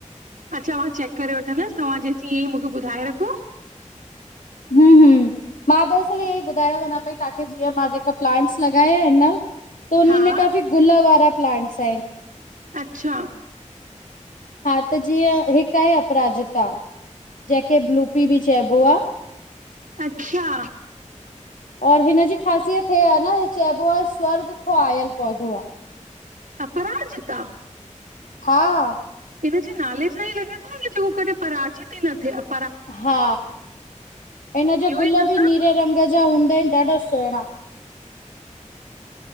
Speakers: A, on the right; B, on the left.
A: अच्छा मां चेक करे वठंदसि तव्हां जेसीं इअं ई मूंखे ॿुधाए रखो
B: हं हं। मां दरसल ईएई ॿुधायां वञा पई तांखे जीअं मां जेका प्लांट्स लॻाया आहिनि न त उन्हनि
A: हा,
B: में काफ़ी गुल वारा प्लांट्स आहिनि।
A: अच्छा।
B: हा, त जीअं हिक आहे अपराजता, जंहिंखे ब्लूपी बि चइबो आ।
A: अच्छा।
B: और हिनजी ख़ासियत हे आ न, इ चइबो आ स्वर्ग खौं आयल पौधो आ।
A: अपराजिता!
B: हा।
A: इनजे नाले सां ई लॻे थो न जेको कॾें पराजित ई न थियो आ।
B: हा इन जो
A: इहो
B: गुल
A: ई त असां
B: बि नीरे रंग मा हूंदा आहिनि ॾाढा सुहिणा